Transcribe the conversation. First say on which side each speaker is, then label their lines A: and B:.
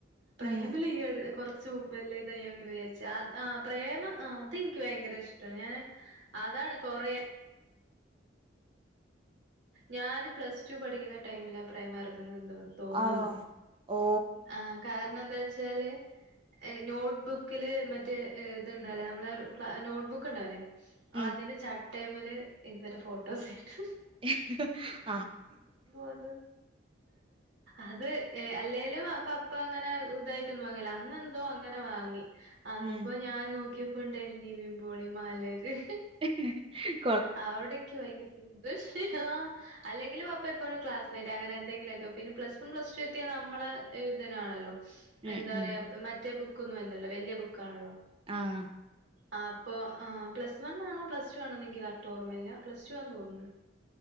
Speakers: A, on the right; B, on the right.
A: പ്രേമല്യ
B: ഉം
A: കുറച് മുമ്പല്ലേന്ന്യ്യ അങ്ങനെ വിചാരിച്ചു പ്രേമം അതെനിക്ക് ഭയങ്കര ഇഷ്ടം ഞാന് അതാണ് കുറെ ഞാന് പ്ലസ്റ്റു പഠിക്കുന്ന ടൈമിലാ പ്രേമം ഇറങ്ങുന്നത് എന്തോന്നുന്നു തോന്നുന്നു
B: ആണോ ഓ
A: ആ കാരണം എന്താ ച്ചാല് നോട്ട്ബുക്കില് മറ്റേ ഇത്ണ്ടല്ലേ നമ്മള നോട്ട്ബുക്ക് ഉണ്ടാവല്ലേ
B: ഉം
A: അതിന്റെ ചട്ടയ്മല് ഇവരെ ഫോട്ടോസ് വെയ്ക്കും
B: <inaudible>
A: അതണ്ട് അത് ഏഹ്‌ അല്ലേലും അപ്പ അപ്പ അങ്ങനെ ഇതായിട്ടൊന്നും വാങ്ങല അന്ന എന്തോ അങ്ങനെ വാങ്ങി അന്നപ്പോ
B: ഉം
A: ഞാൻ നോക്കിയപ്പോണ്ടൽ നിവമ്പോളി മലര്
B: <inaudible>
A: അവിടക്ക ഭയങ്കര സന്തോഷ അല്ലെങ്കിലും അപ്പ ഇപ്പോഴും ക്ലാസ്മേറ്റ് അങ്ങനെ എന്തെങ്കിലുമൊക്കെ പിന്നെ പ്ലസ് വൺ പ്ലസ് ടു എത്തിയാ നമ്മളെ ഇതിനാണല്ലോ
B: ഉം
A: എന്താ
B: ഉം
A: പറയാ മറ്റേ ബുക്കൊന്നും അല്ലല്ലോ വല്ല്യ ബുക്കാൺല്ലോ
B: ആഹ്‌
A: അപ്പൊ പ്ലസ് വൺ ആണോ പ്ലസ് ടു ആണോ നിക്ക് കറക് ഓമ്മല്ല പ്ലസ് ടു വാന്ന് തോന്നുന്നു